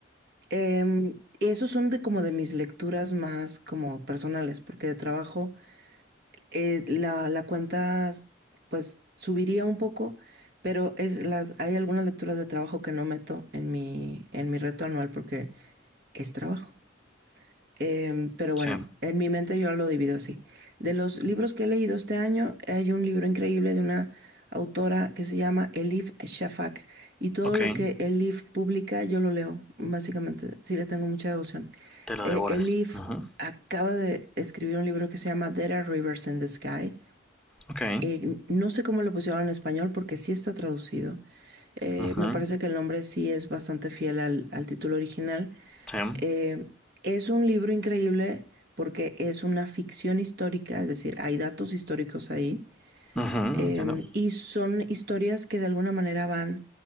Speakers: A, on the right; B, in the centre.
A: Em, y esos son de como de mis lecturas más como personales, porque de trabajo eh, la, la cuenta pues subiría un poco, pero es las, hay algunas lecturas de trabajo que no meto en mi, en mi reto anual porque es trabajo. Em, pero
B: Sí.
A: bueno, en mi mente yo lo divido así. De los libros que he leído este año, hay un libro increíble de una autora que se llama Elif Shafak. Y todo
B: Ok.
A: lo que Elif publica, yo lo leo, básicamente. Sí, le tengo mucha devoción.
B: Te lo
A: Eh,
B: devoras.
A: Elif
B: Ujú,
A: acaba de escribir un libro que se llama There Are Rivers in the Sky
B: Ok.
A: eh, no sé cómo lo pusieron en español porque sí está traducido. Eh,
B: Ujú,
A: me parece que el nombre sí es bastante fiel al, al título original.
B: Sí.
A: Eh, es un libro increíble porque es una ficción histórica, es decir, hay datos históricos ahí
B: Ujú,
A: eh,
B: Entiendo.
A: y son historias que de alguna manera van